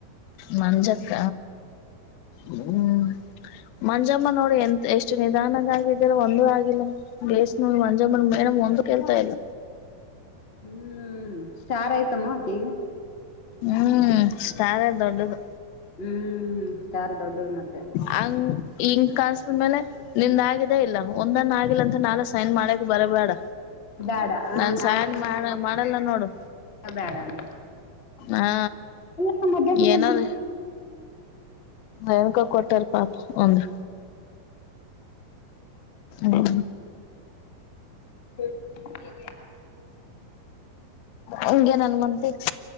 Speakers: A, on the left; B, on the left.
A: ಮಂಜಕ್ಕ ಹ್ಮ್. ಮಂಜಮ್ಮ ನೋಡಿ ಎಂತ ಎಷ್ಟು ನಿಧಾನದಾಗಿದಾಳೆ ಒಂದೂ ಆಗಿಲ್ಲ ಬೇಸ್ ನೋಡ ಮಂಜಮ್ಮ ನಮ್ಮ ಮನಿಯಾಗ ಒಂದು ಕೆಲಸ ಇಲ್ಲ.
B: ಹ್ಮ್ ಸ್ಟಾರ್ ಆಯ್ತಮ್ಮ ಆಕೆ
A: ಹ್ಮ್ ಸ್ಟಾರೇ ದೊಡ್ಡದು.
B: ಹ್ಮ್. ಸ್ಟಾರ್ ದೊಡ್ಡದು ಮತ್ತೆ
A: ಹಂಗ ಹಂಗ ಕೆಲಸದ ಮೇಲೆ ನಿಂದ ಆಗಿದ್ದೇ ಇಲ್ಲ ಒಂದನ್ನ ಆಗಿಲ್ಲ ಅಂತ ನಾಳೆ ಸೈನ್ ಮಾಡ್ಯಕ್ ಬರಬೇಡ.
B: ಬ್ಯಾಡ ಹ
A: ನಾನ್
B: ನಾಳಕ್
A: ಸೈನ್
B: ಏನ್
A: ಮಾಡ
B: ಮಾಡ್ಬೇಕ
A: ಮಾಡಲ್ಲ ನೋಡು.
B: ಬ್ಯಾಡ ಅಂತ
A: ಹಾ
B: ಇಲ್ಲಕ್ಕ ಮಧ್ಯಾಹ್ನ ಊಟ
A: ಏನಾರ
B: ಮಾಡ
A: ಏನ್ಕ ಕೊಟ್ಟಾರ ಪಾಪ ಒಂದ್ ಹ್ಮ
B: ಹ್ಮ್
A: ಹಂಗೆ ನನಗ್ ಮನ್ಸಿಗ್